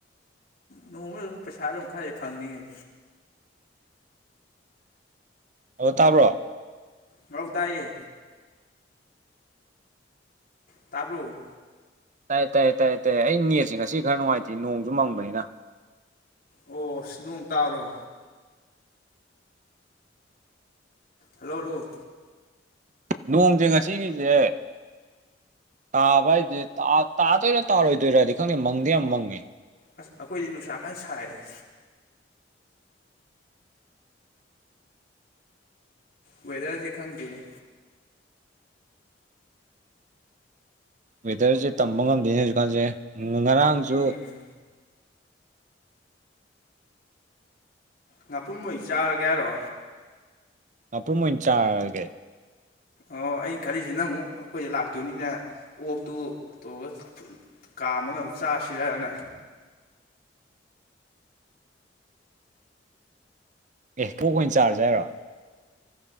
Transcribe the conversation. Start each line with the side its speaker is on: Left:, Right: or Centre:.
Left: ꯅꯣꯡꯃꯗ ꯑꯗꯨꯝ ꯄꯩꯁꯥꯗ ꯑꯗꯨꯝ ꯈꯔꯗꯤ ꯐꯪꯅꯤꯉꯦ
Right: ꯑꯗꯣ ꯇꯥꯕ꯭ꯔꯣ
Left: ꯉꯧ ꯇꯥꯏꯌꯦ ꯇꯥꯕꯣ
Right: ꯇꯥꯏꯌꯦ ꯇꯥꯏꯌꯦ ꯇꯥꯏꯦ ꯇꯥꯏꯌꯦꯦ ꯑꯩ ꯅꯦꯠꯁꯦ ꯉꯁꯤ ꯈꯔ ꯅꯨꯡꯉꯥꯏꯇꯦ ꯅꯣꯡꯁꯨ ꯃꯪꯕꯅꯤꯅ
Left: ꯑꯣ ꯁꯤ ꯅꯣꯡ ꯇꯥꯕꯔꯣ ꯍꯜꯂꯣꯜꯂꯣ
Right: ꯅꯣꯡꯁꯦ ꯉꯁꯤꯒꯤꯁꯦ ꯇꯥꯕ ꯍꯥꯏꯗꯨꯗꯤ ꯇꯥꯗꯣꯏꯔꯥ ꯇꯥꯔꯣꯏꯗꯣꯏꯔꯗꯤ ꯈꯪꯗꯦ ꯃꯪꯗꯤ ꯌꯥꯝ ꯃꯪꯉꯦ
Left: ꯑꯁ ꯑꯩꯈꯣꯏꯗꯤ ꯅꯨꯡꯁꯥ ꯀꯟꯅ ꯁꯥꯏ ꯋꯦꯗꯔꯁꯦ ꯈꯪꯗꯦ
Right: ꯋꯦꯗꯔꯁꯦ ꯇꯝꯕ ꯉꯝꯗꯦꯅꯦ ꯍꯧꯖꯤꯛꯀꯥꯟꯁꯦ ꯉꯔꯥꯡꯁꯨ
Left: ꯎꯝ ꯉꯥꯄꯨꯝꯍꯩ ꯆꯥꯔꯒ ꯍꯥꯏꯔꯣ
Right: ꯃꯄꯨꯝ ꯑꯣꯏꯅ ꯆꯥꯔꯒꯦ
Left: ꯑꯣ ꯑꯩ ꯈꯜꯂꯤꯁꯤꯅ ꯑꯃꯨꯛ ꯑꯩꯈꯣꯏꯗ ꯂꯥꯛꯇꯣꯏꯅꯤꯅ ꯑꯣꯛꯇꯨ ꯇꯧꯔꯒ ꯀꯥꯝꯃꯒ ꯑꯝ ꯆꯥꯁꯤꯔꯅ
Right: ꯑꯦ ꯑꯣꯛ ꯑꯣꯏꯅ ꯆꯥꯔꯖꯦ ꯍꯥꯏꯔꯣ